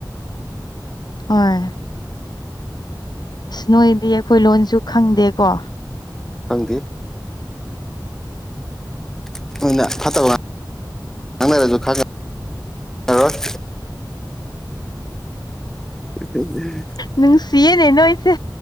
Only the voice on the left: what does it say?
ꯍꯣꯏ ꯑꯁ ꯅꯣꯏꯗꯤ ꯑꯩꯈꯣꯏ ꯂꯣꯟꯁꯨ ꯈꯪꯗꯦꯀꯣ
ꯅꯨꯡꯁꯤꯌꯦꯅꯦ ꯅꯣꯏꯁꯦ